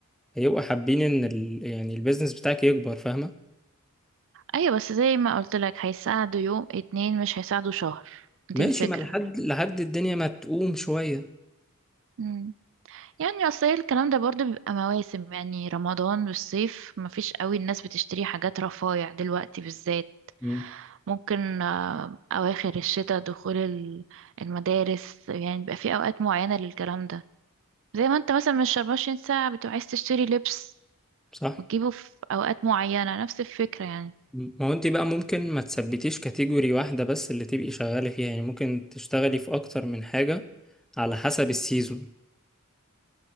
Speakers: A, in the centre; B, on the right (about 60°).
A: هيبقوا حابين ان ال... يعني البيزنس بتاعك يكبر فاهمة
B: ايوه بس زي ما قلت لك هيساعدوا يوم اتنين مش هيساعدوا شهر دي
A: ماشي
B: الفكرة
A: ما لحد لحد الدنيا ما تقوم شوية
B: مم. يعني اصل هي الكلام ده برضو بيبقى مواسم يعني رمضان والصيف مفيش قوي الناس بتشتري حاجات رفايع دلوقتي بالذات
A: مم.
B: ممكن آه، اواخر الشتاء دخول ال- المدارس يعني بيبقى في اوقات معينة للكلام ده زي ما انت مثلا مش 24 ساعة بتبقى عايز تشتري لبس
A: صح
B: وتجيبه في اوقات معينة نفس الفكرة يعني
A: ما هو انت بقى ممكن ما تثبتيش كاتيجوري واحدة بس اللي تبقي شغالة فيها يعني ممكن تشتغلي في أكتر من حاجة على حسب السيزون